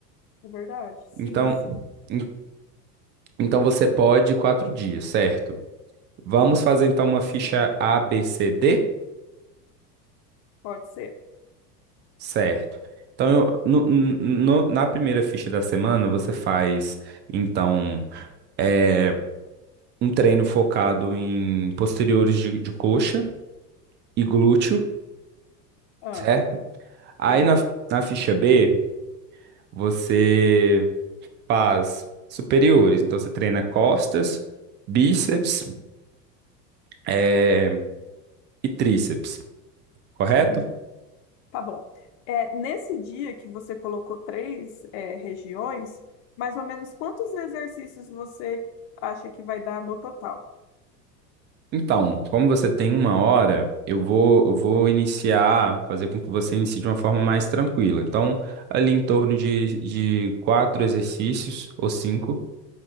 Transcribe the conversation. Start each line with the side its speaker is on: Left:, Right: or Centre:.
Left: É verdade? Sim,
Right: Então,
Left: sim.
Right: en- então você pode quatro dias, certo? Vamos
Left: Isso,
Right: fazer então uma ficha A, B, C, D,
Left: pode ser.
Right: certo? Então, eu- no- no- no- na primeira ficha da semana, você faz, então, é, um treino focado em posteriores de de coxa e glúteo,
Left: Ah,
Right: certo? Aí
Left: beleza.
Right: na, na ficha B, você faz superiores. Então, você treina costas, bíceps, eh, e tríceps, correto?
Left: Hum, tá bom. É, nesse dia que você colocou três, é, regiões, mais ou menos quantos exercícios você acha que vai dar no total?
Right: Então, como você tem uma hora, eu vou, eu vou iniciar, fazer com que você inicie de uma forma mais tranquila. Então, ali em torno de, de quatro exercícios ou cinco,